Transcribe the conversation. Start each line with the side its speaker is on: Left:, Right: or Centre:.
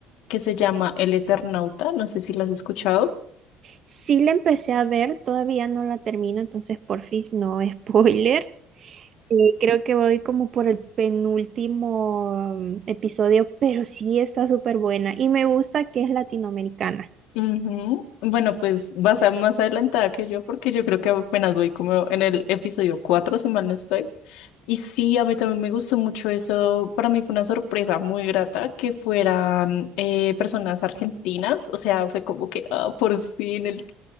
Left: que se llama El Eternauta, no sé si la has escuchado.
Right: Sí la empecé a ver, todavía no la termino, entonces porfis, no <laughs> spoilers. Eh, creo que voy como por el penúltimo mm, episodio, pero sí está súper buena y me gusta que es latinoamericana.
Left: Ujú. Bueno, pues vas a más adelantada que yo porque yo creo que apenas voy como en el episodio 4 si mal no estoy. Y sí, a mí también me gustó mucho eso. Para mí fue una sorpresa muy grata que fueran eh, personas argentinas. O sea, fue como que ah, por fin el,